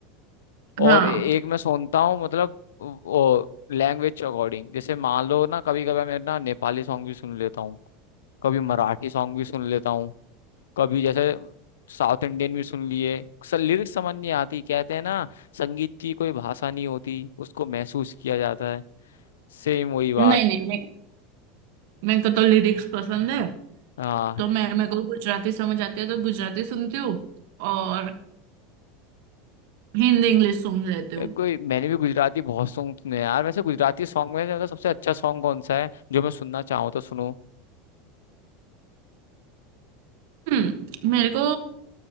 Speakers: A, on the left; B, on the right.
A: और
B: हाँ
A: एक मैं सुनता हूँ मतलब वो लैंग्वेज के अकॉर्डिंग जैसे मान लो ना कभी कभी मैं ना नेपाली सॉन्ग भी सुन लेता हूँ कभी मराठी सॉन्ग भी सुन लेता हूँ कभी जैसे साउथ इंडियन भी सुन लिए लिरिक्स समझ नहीं आती कहते हैं ना संगीत की कोई भाषा नहीं होती उसको महसूस किया जाता है सेम वही बात
B: नहीं नहीं मे मेरे को तो लिरिक्स पसंद है
A: हाँ
B: तो मैं मेरे को गुजराती समझ आती है तो गुजराती सुनती हूँ और हिंदी इंग्लिश सुन लेती हूँ
A: कोई मैंने भी गुजराती बहुत सॉन्ग सुने हैं यार वैसे गुजराती सॉन्ग में मतलब सबसे अच्छा सॉन्ग कौन सा है जो मैं सुनना चाहूँ तो सुनूँ
B: हम्म मेरे को